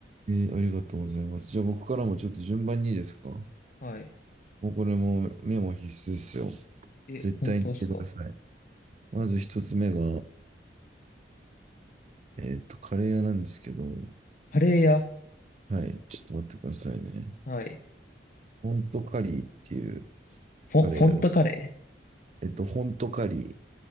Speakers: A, on the right (about 35°); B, on the left (about 45°).
A: えーありがとうございます。じゃあ僕からもちょっと順番にいいですかも
B: はい。
A: うこれもメモ必須ですよ。
B: え、
A: 絶対に言ってください。
B: 本当ですか
A: まず一つ目が、えーっと、カレー屋なんですけど、
B: カレー屋
A: はい、ちょっと待ってくださいね。
B: はい。
A: ホントカリーっていう
B: フォ、
A: カレー屋で、
B: フォントカレー
A: えっと、ホントカリ